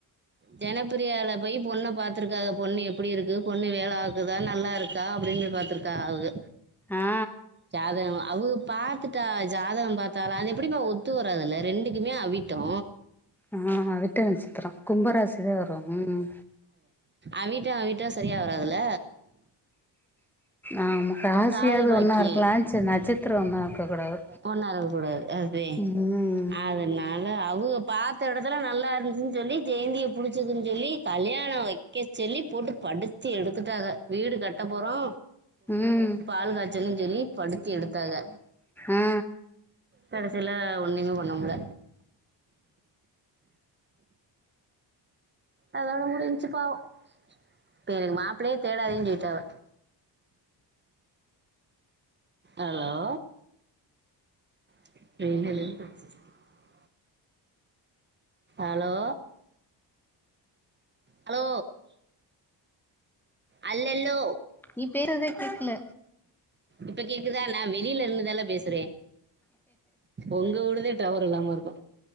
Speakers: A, on the right; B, in the centre.
A: ஜனப்பிரியால போய் பொண்ண பாத்துருக்காக பொண்ணு எப்டிருக்கு பொண்ணு வேல பாக்குதா நல்லா இருக்கா அப்டின்னு பாத்துருக்காக அவுக
B: ஆ
A: ஜாதகம் அவுக பாத்துட்டாக ஜாதகம் பாத்தாலா அது எப்படிப்பா ஒத்து வராதுல்ல ரெண்டுக்குமே அவிட்டோ
B: ஆ அவிட்ட நச்சத்திறோ கும்பராசிதா வரு ம்
A: அவிட்டோ அவிட்டோ சரியா வராதுல
B: ஆமா ராசியாவது
A: தாலி பாக்கிய
B: ஒன்னா இருக்கலா சரி நட்சத்திரம் ஒன்னா இருக்க கூடாது
A: ஒன்னா இருக்க கூடாது அதே
B: ம்
A: அதுனால அவுக பாத்த இடத்துலா நல்லா இருந்துச்சுனு சொல்லி ஜெயந்திய புடுச்சுகுன்னு சொல்லி கல்யாணோ வைக்க சொல்லி போட்டுப் பா படுத்தி எடுத்துட்டாக வீடு கட்டப்போறோ
B: ம்
A: பால் காய்ச்சனு சொல்லி படுத்தி எடுத்தாக
B: ஆ
A: கடசில ஒன்னுமே பண்ணமுல்ல அதா முடுஞ்சு பாவோ இப்ப எனகு மாப்ளயே தேடாதேன்னு சொல்டாவ
B: அ <inaudible>
A: அலோ <unintelligible> அலோ அலோ அல்லல்லோ
B: நீ பேசுறதே கேக்கல
A: இப்ப கேக்குதா நா வெ வெளில நின்னுதால பேசுறே உங்க ஊடுதே டவர் இல்லாம இருக்கு